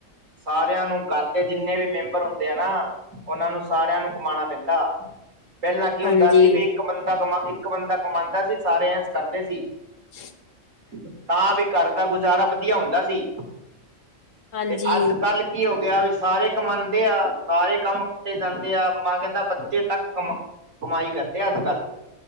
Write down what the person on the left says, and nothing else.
ਹਾਂਜੀ।
ਹ <inaudible>
ਹਾਂਜੀ।